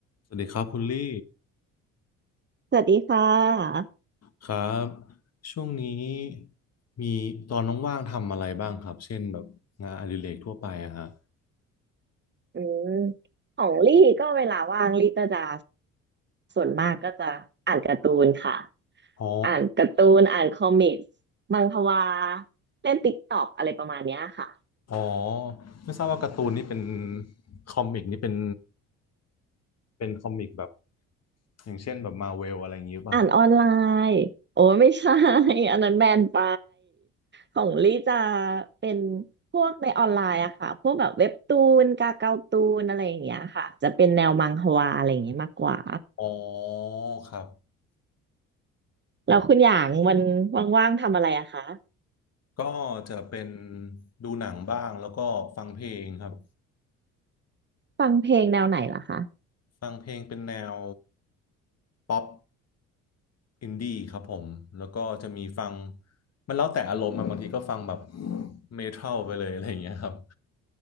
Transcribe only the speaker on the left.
สวัสดีครับคุณลี่
ครับช่วงนี้มีตอนว่างๆทำอะไรบ้างครับเช่นแบบงานอดิเรกทั่วไปอะฮะ
อ๋อ
อ๋อไม่ทราบว่าการ์ตูนนี่เป็นคอมิกนี่เป็นเป็นคอมิกแบบอย่างเช่นแบบมาเวลอะไรอย่างนี้หรือเปล่าครับ
อ๋อครับ
ก็จะเป็นดูหนังบ้างแล้วก็ฟังเพลงครับ
ฟังเพลงเป็นแนวป๊อป อินดี้ครับผมแล้วก็จะมีฟังมันแล้วแต่อารมณ์อะบางทีก็ฟังแบบเมทัลไปเลยอะไรอย่างเงี้ยครับ